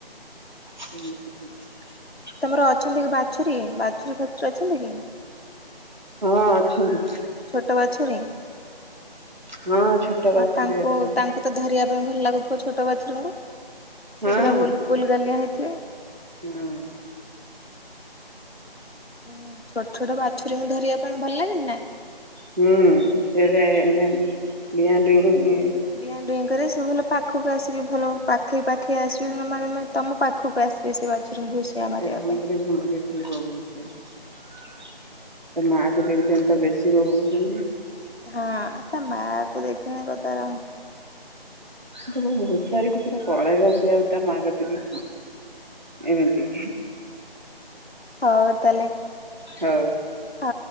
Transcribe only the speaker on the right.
ସେ <inaudible>
ହଁ ଅଛନ୍ତି
ହଁ ଛୋଟ ବାଛୁରୀ
ଅଛନ୍ତି
ହଁ
ହଁ।
ହୁଁ <unintelligible>
ଘୁମରେ
ଘୁମରେ ଖେଳିବ ବହୁତ। ତା ମା କୁ ଦେଖଦିନ ତ ବେଶୀ ମଗଉଛନ୍ତି।
ତମକୁ ଘୋଷାରିକି ପୁରା କଳେଇ ରକେଇଆକୁ ତା ମା କତିକି। ଏମିତି।
ହଉ।